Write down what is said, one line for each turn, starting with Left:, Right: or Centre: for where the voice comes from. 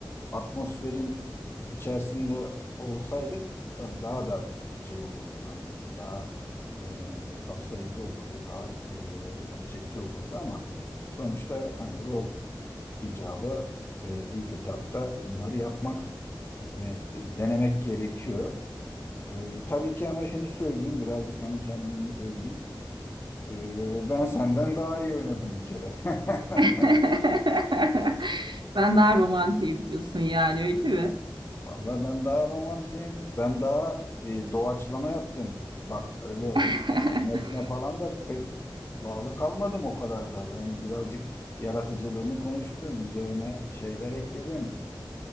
Left: atmosferin içerisinde olsaydık ben daha da şey olurdu. Hani böyle daha e, kapsayıcı olurdu, daha e, gerçekçi olurdu ama sonuçta hani rol icabı e, ilk etapta bunları yapmak, e, denemek gerekiyor. E, tabii ki ama şunu söyleyeyim, birazcık hani kendimi öveyim. E, ben senden daha iyi oynadım bir kere.
Right: <laughs>
Left: <laughs>
Right: Ben daha romantiyim diyorsun yani öyle mi?
Left: Vallahi ben daha romantiyim. Ben daha e, doğaçlama yaptım. Bak öyle
Right: <laughs>
Left: metne falan da pek bağlı kalmadım o kadar da. Ben birazcık yaratıcılığımı konuştum. Üzerine şeyler ekledim.